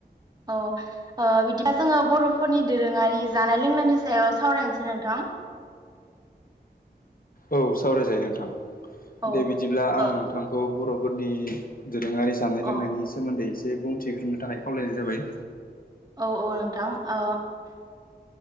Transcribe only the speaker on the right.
औ बिदिबा जोङो बर'फोरनि दोरोङारि जानाय लोंनायनि सायाव सावरायनोसै नोंथां <inaudible>
औ
ओ
अ
अ
औ औ नोंथां ओ